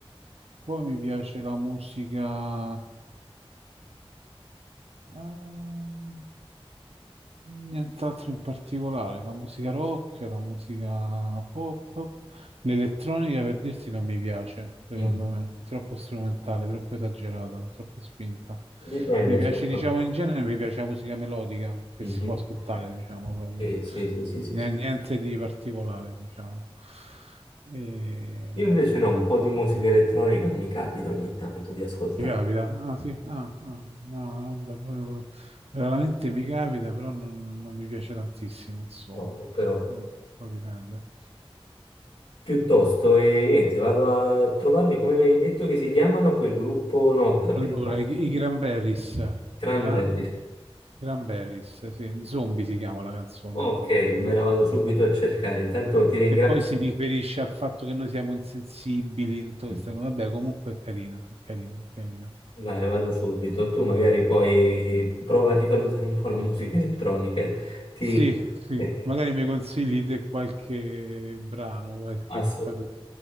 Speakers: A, on the right; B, on the left.
A: Poi mi piace la musica... ehm, Nient'altro in particolare, la musica rock, la musica pop, l'elettronica per dirti non mi piace, secondo
B: Mm.
A: me, troppo strumentale, troppo esagerata, troppo spinta.
B: Dipende.
A: Mi
B: certo.
A: piace, diciamo, in genere mi piace la musica melodica che
B: Mhm.
A: si può ascoltare, diciamo, proprio.
B: Sì, sì, sì, sì, sì,
A: N-
B: sì.
A: Niente di particolare, diciamo. E...
B: Io invece no, un po' di musica elettronica mi capita ogni tanto di ascoltare,
A: Ti capita? Ah sì, ah, ah, no, vabbè, però- veramente mi capita, però non, non mi piace tantissimo, insomma.
B: poco però.
A: Vabbè, Poi dipende.
B: Piuttosto, e niente, vado a trovarmi, come mi hai detto che si chiamano quel gruppo, no, eh,
A: Allora,
B: prima
A: i, i Cranberries,
B: Cranberries.
A: Gran, Cranberries, sì, Zombie si chiama la canzone
B: Ok,
A: proprio.
B: me la vado subito a cercare, intanto ti ringrazio.
A: Che poi si riferisce al fatto che noi siamo insensibili, tutto
B: Mm,
A: questo. Vabbè, comunque è carina, è carina, è carina.
B: Vai, vado subito, tu magari poi prova a rivalutare un po' la musica elettronica, ti...
A: Sì, sì,
B: <laughs>
A: magari mi consigli te qualche brano, qualche
B: Assu-
A: cosa di...